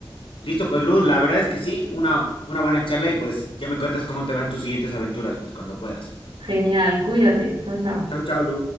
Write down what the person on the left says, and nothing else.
Listo, pues Luz, la verdad es que sí, una, una buena charla y pues ya me cuentas cómo te va en tus siguientes aventuras, pues cuando puedas.
Chau, chau, Lu.